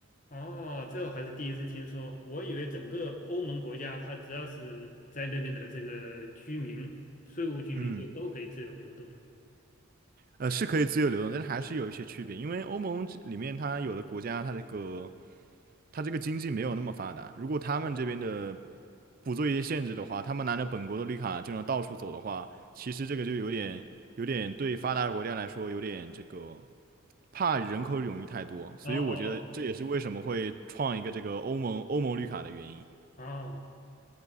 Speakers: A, on the left (about 40°); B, on the right (about 45°).
A: 哦，这我还是第一次听说。我以为整个欧盟国家，它只要是在那边的这个居民、税务居民，
B: 嗯，
A: 就都可以自由流动。
B: 呃，是可以自由流动，但是还是有一些区别，因为欧盟这里面它有的国家它这个他这个经济没有那么发达，如果他们这边的
A: 哦
B: 不做一些限制的话，他们拿着本国的绿卡就能到处走的话，其实这个就有点有点对发达国家来说有点这个怕人口涌入太多，所以我觉得这也是为什么会创一个这个欧盟欧盟绿卡的原因。
A: 哦哦哦，